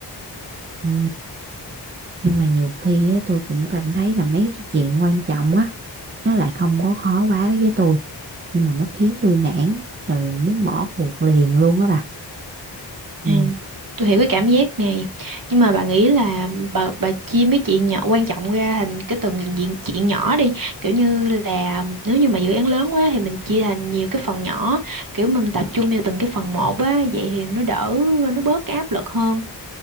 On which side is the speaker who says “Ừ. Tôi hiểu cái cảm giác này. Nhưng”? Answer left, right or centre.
Right